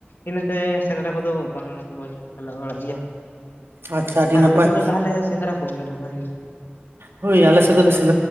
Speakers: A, on the left (about 60°); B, on the right (about 80°).
A: ᱤᱱᱟᱹᱛᱮ ᱥᱮᱸᱫᱽᱨᱟ ᱠᱚᱫᱚ ᱵᱟᱝ ᱪᱟᱞᱟᱣ ᱵᱟᱲᱟᱜ ᱜᱮᱭᱟ
B: ᱵᱟᱝ ᱟᱪᱪᱷᱟ ᱟᱹᱰᱤ
A: ᱟᱨ
B: ᱱᱟᱯᱟᱭ
A: ᱟᱯᱮ ᱥᱮᱫ ᱫᱚ ᱛᱟᱦᱚᱞᱮ ᱥᱮᱸᱫᱽᱨᱟ ᱠᱚᱜᱭᱟ ᱵᱷ ᱜᱮ <unintelligible>
B: ᱦᱳᱭ ᱟᱞᱮ ᱥᱮᱜ ᱫᱚᱞᱮ ᱥᱮᱱ